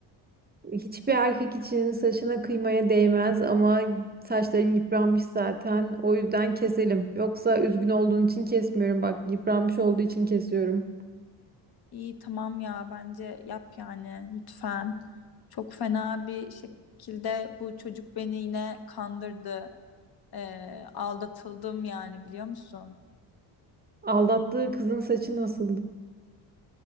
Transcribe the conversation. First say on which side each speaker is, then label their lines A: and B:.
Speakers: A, on the right (about 20°); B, on the left (about 50°).
A: hiçbir erkek için saçına kıymaya değmez ama saçların yıpranmış zaten. O yüzden keselim. Yoksa üzgün olduğun için kesmiyorum. Bak yıpranmış olduğu için kesiyorum.
B: İyi tamam ya bence yap yani lütfen. Çok fena bir şekilde bu çocuk beni yine kandırdı. Eee, aldatıldım yani biliyor musun?
A: Aldattığı kızın saçı nasıldı?